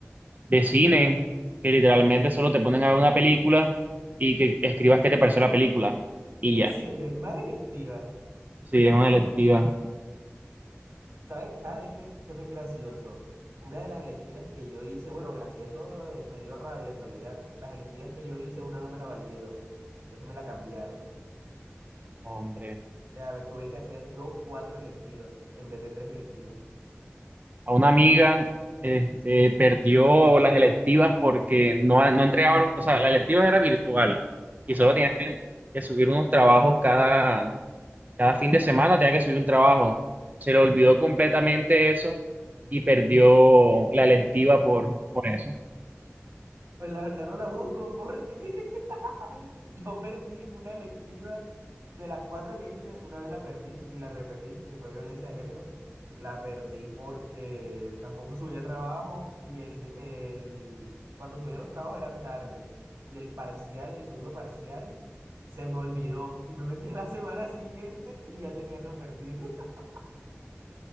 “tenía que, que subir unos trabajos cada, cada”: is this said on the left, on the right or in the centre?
Right